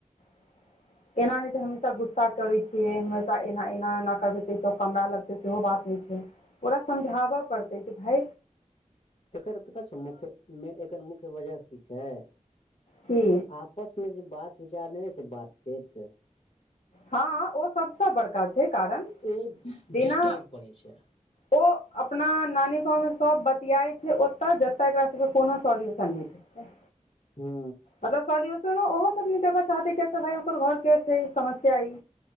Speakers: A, on the left; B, on the left.
A: <unintelligible> एना नहि छै हमेशा गुस्सा करै छियै हमेशा एना एना ओना करबै तऽ कमरा लगतै सेहो बात नहि छै। ओरा समझाबऽ पड़तै जे भा
B: तर पता छौ मुख्य मे एकर मुख्य वजह कि छै।
A: कि
B: आप मे जे बात विचार नहि है से बातचत
A: ह ओ सभसँ बड़का छै कारण
B: ओ
A: बिना
B: डिस्टर्ब करै छै
A: ओ अपना नानी गाव मे सभ बतियाय छै ओतए जते एकरा सभके कोनो सॉल्यूशन नहि ठीक छै।
B: हू
A: मतलब सोल्यूशनो ओहो सभ न देबा चाहते किय भ ओकर घर के छै समस्या ई